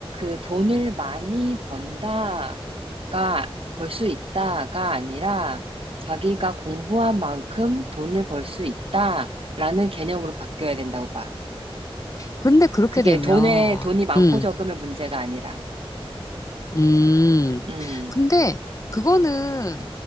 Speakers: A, on the right; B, on the left.
A: 그 돈을 많이 번다가, 벌 수 있다가 아니라, 자기가 공부한 만큼 돈을 벌 수 있다라는 개념으로 바뀌어야 된다고 봐.
B: 근데 그렇게
A: 그게
B: 되면,
A: 돈에, 돈이 많고
B: 음,
A: 적음의 문제가 아니라.
B: 음.
A: 음,
B: 근데 그거는,